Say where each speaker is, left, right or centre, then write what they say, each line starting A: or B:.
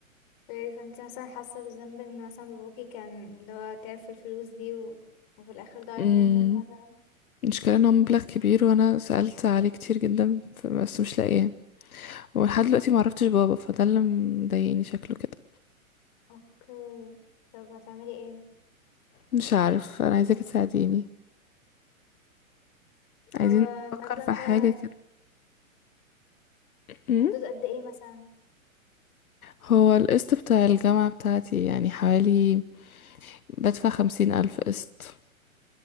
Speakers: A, on the left; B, on the left.
A: فانت مثلا حاسة بالذنب ان مثلا باباكي كان اللي هو تعب في الفلوس دي و... وفي الاخر ضاعت
B: امم
A: منك مثلا
B: المشكلة ان هو مبلغ كبير وانا سألت عليه كتير جدا ف- بس مش لاقيه ولحد دلوقتي معرفتش بابا فده اللي مضايقني شكله كده
A: اوكي طب هتعملي ايه
B: مش عارف انا عايزاك تساعديني
A: هو
B: عايزين
A: المبلغ
B: نفكر في حاجة
A: في
B: كده مم.
A: حدود قد ايه مثلا
B: هو القسط بتاع الجامعة بتاعتي يعني حوالي بدفع خمسين ألف قسط